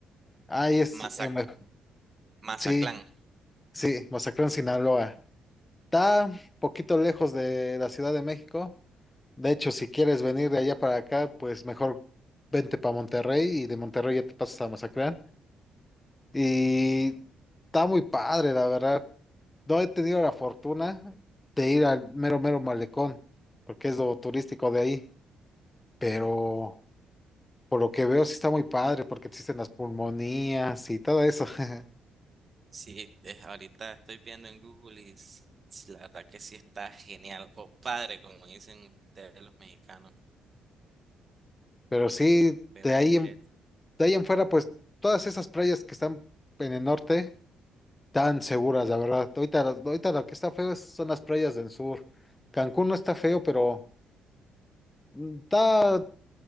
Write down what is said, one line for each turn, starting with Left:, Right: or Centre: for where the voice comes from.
Left: Ahí es,
Right: ok.
Left: en Ve-
Right: Mazatlán.
Left: sí, sí, Mazatlán, Sinaloa. Está un poquito lejos de la Ciudad de México. De hecho, si quieres venir de allá para acá, pues mejor vente para Monterrey y de Monterrey ya te pasas a Mazatlán. Y está muy padre, la verdad. No he tenido la fortuna de ir al mero, mero malecón, porque es lo turístico de ahí. Pero por lo que veo, sí está muy padre, porque existen las pulmonías y todo eso. <laughs>
Right: Sí, es- ahorita estoy viendo en Google y s- s- la verdad que sí está genial. O padre, como dicen ustedes los mexicanos.
Left: Pero sí,
Right: Veo
Left: de
Right: un
Left: ahí
Right: inglés.
Left: en, de ahí en fuera, pues todas esas playas que están en el norte. tan seguras, la verdad. Ahorita, ahorita lo que está feo es- son las playas del sur. Cancún no está feo, pero mm, está,